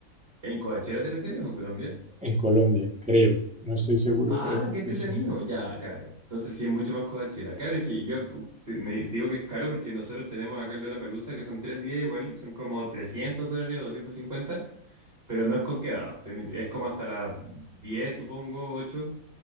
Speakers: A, on the right; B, in the centre.
A: ¿En Coachella te refieres o en Colombia?
B: en Colombia, creo. No estoy seguro,
A: Ah,
B: pero creo
A: qué entretenido.
B: que sí.
A: Ya, claro. Entonces sí es mucho más Coachella. Claro, es que yo te- me digo que es caro porque nosotros tenemos acá en Lollapalooza que son tres días, igual son como 300 dólares o 250, pero no es con quedada. Ten- Es como hasta las 10, supongo, 8,